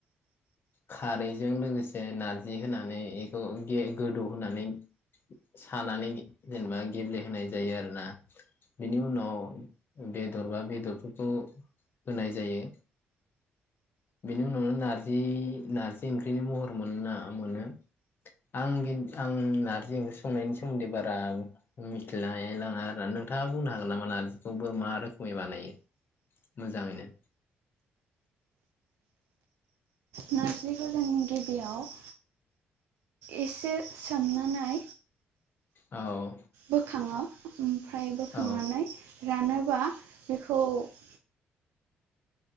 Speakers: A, on the left (about 50°); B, on the right (about 80°).
A: खारैजों लोगोसे नारजि होनानै इखौे गे गोदौहोनानै सानानै जेनेबा गेब्लेहोनाय जायो आरोना बेनि उनाव बेदरबा बेदर फोरखौ होनाय जायो। बेनि उनावनो नारजि नारजि ओंख्रिनि महर मोनाङा मोनो आं खिन आं नारजि ओंख्रि संनायनि सोमोन्दै बारा मिथिलायलाङा आरो ना नोंथाङा बुंनो हागोन नामा नारजिखौबो मा रोखोमै बानायो मोजाङैनो
B: नारजिखौ जों गिबियाव एसे सोमनानै
A: औ।
B: बोखाङो ओमफ्राय बोखांनानै
A: औ।
B: रानोबा बेखौ <inaudible>